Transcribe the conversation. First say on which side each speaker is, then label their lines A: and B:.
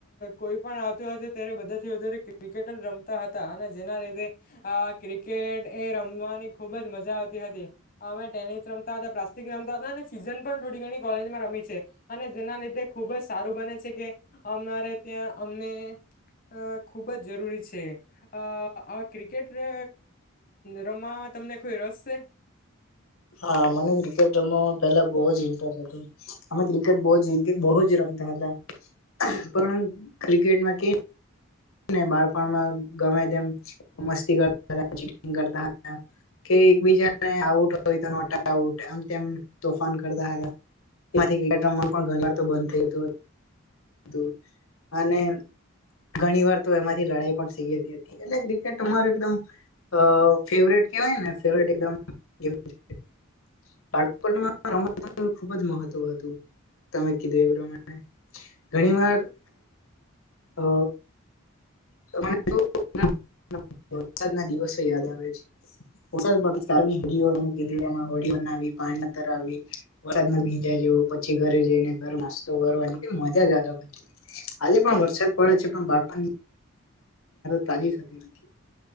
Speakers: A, on the left; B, on the left.
A: કોઈ પણ આવતું હતું ત્યારે, બધાથી વધારે ક્રિકેટ જ રમતા હતા, અને જેના લીધે આ ક્રિકેટ એ રમવાની ખુબ જ મજા આવતી હતી. અને ટેનિસ રમતા હતા પ્રા રમતા હતા, સીઝન પણ થોડી ઘણી કોલેજમાં રમી છે, અને જેના લીધે ખુબ જ સારું બને છે કે આવનારે ત્યાં અમને અ ખુબ જ જરૂરી છે, અ આ ક્રિકેટ અ રમવા મા તમને કોઈ રસ છે?
B: હા, મને ક્રિકેટ રમવા પેલા બહુ જ ઇન્ટરેસ્ટ હતો. અમે ક્રિકેટ બહુ બહુ જ રમતા. <unintelligible> પણ ક્રિકેટમાં કે ને બાળપણમાં, ગમે તેમ મસ્તી કરતા હતા, કરતા હતા. કે, એકબીજાને આઉટ હોય તો નોટઆઉટ, આમ તેમ તોફાન કરતા હતા. થીમાં પણ ઘણી વાર તો બંધ થયું હતું, અને ઘણી વાર તો એમાંથી લડાઈ પણ થઈ ગતી હતી, એટલે ક્રિકેટ અમારુ એકદમ. અ ફેવરેટ કેવાયને, ફેવરેટ એકદમ <unintelligible> રમત ખુબ જ મહત્વ હતું. તમે કીધું એ પ્રમાણે, ઘણી વાર અ <unintelligible> વરસાદ ના દિવસો યાદ આવે છે. વરસાદ હમણા કીધું, એમાં હળી ના પાણી ર આવી વરસાદ ભીંજા જવું, પછી ઘરે જઈને ઘર મસ્તો કરવાની કે મજા જ હતી. આજે પણ વરસાદ પડે છે, પણ બાળપણ તારીફતી નથી.